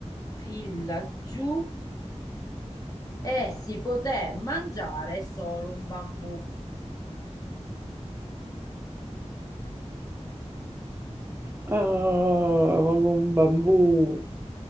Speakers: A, on the left (about 30°); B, on the right (about 20°).
A: Fin laggiù e si poté mangiare solo un bambù.
B: Ah, ma con un bambù,